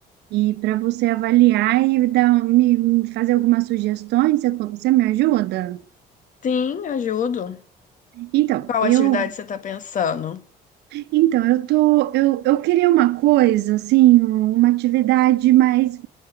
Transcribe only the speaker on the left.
Sim, ajudo.
Qual
atividade você está pensando?